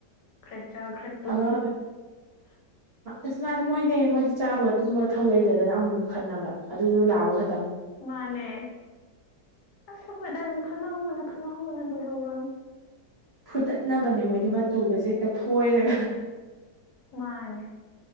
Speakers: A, on the left; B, on the right.
A: ꯈꯔ ꯆꯥꯛ ꯈꯔ
B: ꯑꯃ
A: ꯎ
B: ꯑꯁ ꯃꯥꯗꯤ ꯃꯣꯏꯅꯦ ꯃꯣꯏꯗꯤ ꯆꯥꯕꯒ ꯇꯨꯝꯕꯒ ꯊꯧ ꯂꯩꯇꯗꯅ ꯑꯃꯨꯛꯃꯨꯛ ꯈꯠꯅꯕ ꯑꯗꯨꯗ ꯂꯥꯕ ꯈꯛꯇꯪ
A: ꯃꯥꯅꯦ ꯑ ꯁꯈꯣꯏ ꯇꯁꯨ ꯈ ꯍꯕꯅ ꯈ ꯍꯕꯅ ꯂꯏ ꯍꯧꯔꯝ
B: ꯐꯨꯠꯇꯠꯅꯕꯅꯦ ꯃꯣꯏꯗꯤ ꯃꯇꯨꯒꯁ ꯍꯦꯛꯇ ꯐꯣꯏꯔꯒ
A: ꯃꯥꯅꯦ